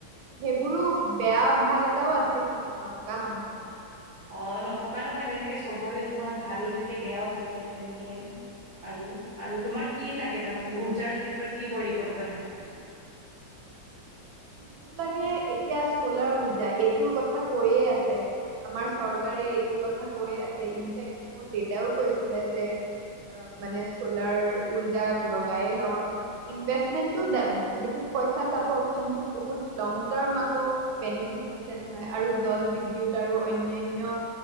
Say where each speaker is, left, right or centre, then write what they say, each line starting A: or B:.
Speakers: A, on the right (about 75°); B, on the right (about 55°).
A: সেইবোৰো বেয়া ভাগ এটাও আছে কিন্তু নথকা নহয়।
B: অ নথকা নহয় যেনেকে চবৰে তোমাৰ ভালো থাকে বেয়াও থাকে তেনেকে। আৰু আৰু
A: তাকে
B: তোমাৰ
A: তাকে
B: কি লাগে তাৰমানে উৰ্জাৰ ক্ষেত্ৰত কি পৰিবৰ্তন আহিল।
A: মোৰ লাগে এতিয়া চলাৰ উৰ্জা এইটোৰ কথা কৈয়ে আছে। আমাৰ চৰকাৰে এইটো কথা কৈয়ে আছে ইনফেক্ট মোৰ দেউতায়েও কৈছিলে যে অ মানে চলাৰ উৰ্জা লগাই লওঁ, ইনভেষ্টমেন সেইটোত পইচা যাব কিন্তু বহুত লং টাৰ্ম আকৌ, বেনিফিট আছে নহয় আৰু জল বিদ্যুৎ আৰু অন্যান্য।